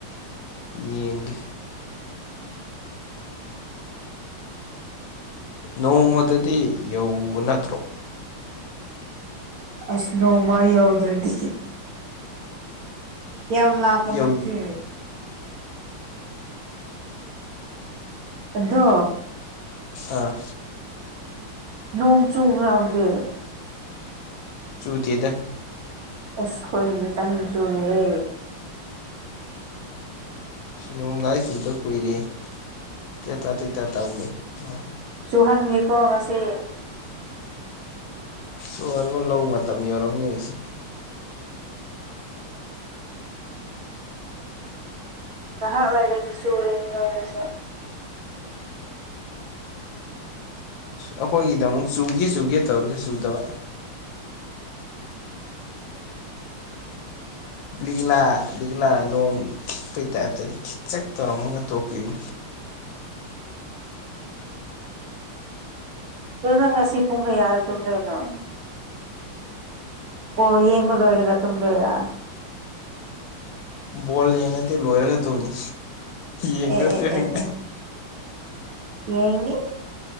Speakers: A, on the left; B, on the right.
A: ꯌꯦꯡꯒꯦ ꯅꯣꯡꯃꯗꯥꯗꯤ ꯌꯧꯕ ꯅꯠꯇ꯭ꯔꯣ
B: ꯑꯁ ꯅꯣꯡꯃ ꯌꯧꯗ꯭ꯔꯗꯤ ꯌꯥꯝ ꯂꯥꯞꯄ
A: ꯌꯧ
B: ꯅꯠꯇꯦ ꯑꯗꯣ
A: ꯑꯥ
B: ꯅꯣꯡ ꯆꯨꯕ꯭ꯔꯥ ꯍꯧꯖꯤꯛ
A: ꯆꯨꯗꯦꯗ
B: ꯑꯁ ꯑꯈꯣꯏꯒꯤ ꯀꯟꯅ ꯆꯨꯔꯤ ꯍꯦ
A: ꯅꯣꯡꯒꯥꯥꯏ ꯆꯨꯗ ꯀꯨꯏꯔꯦ ꯍꯦ ꯇꯦ ꯇꯥ ꯇꯦ ꯇꯥ ꯇꯧ ꯂꯩ ꯑꯣ
B: ꯆꯨꯍꯟꯒꯦ ꯀꯣ ꯉꯁꯤ
A: ꯆꯨꯍꯜꯂꯣ ꯂꯧ ꯃꯇꯝ ꯌꯧꯔꯝꯅꯤ ꯑꯩꯁꯤ
B: ꯉꯥꯏꯍꯥꯛ ꯂꯩꯥꯏꯔꯗꯤ ꯆꯨꯔꯅꯤ ꯅꯣꯏꯒꯤꯁꯨ
A: ꯑꯩꯈꯣꯏꯒꯤꯅ ꯑꯃꯨꯛ ꯆꯨꯒꯦ ꯆꯨꯒꯦ ꯇꯧꯔꯒ ꯆꯨꯗꯕ ꯂꯤꯛꯂꯥ ꯂꯤꯛꯂꯥ ꯅꯣꯡ ꯈꯤꯛꯄ ꯇꯥꯏꯞꯇꯗꯤ ꯈꯤꯛꯆꯛ ꯇꯧꯔꯝꯃꯒ ꯇꯣꯛꯈꯤꯅꯤ
B: ꯑꯗꯨ ꯅꯪ ꯉꯁꯤ ꯄꯨꯡ ꯀꯌꯥꯗ ꯇꯨꯝꯗꫭꯏꯅꯣ ꯕꯣꯜ ꯌꯦꯡꯕ ꯂꯣꯏꯔꯒ ꯇꯨꯝꯗꯣꯏꯔ
A: ꯕꯣꯜ ꯌꯦꯡꯉꯗꯤ ꯂꯣꯏꯔꯒ ꯇꯧꯝꯅꯤ ꯌꯦꯡꯗ꯭ꯔꯗꯤ
B: ꯑꯦ ꯑꯦ
A: ꯈꯪꯗꯦ
B: ꯑꯦ ꯑꯦ ꯌꯦꯡꯅꯤ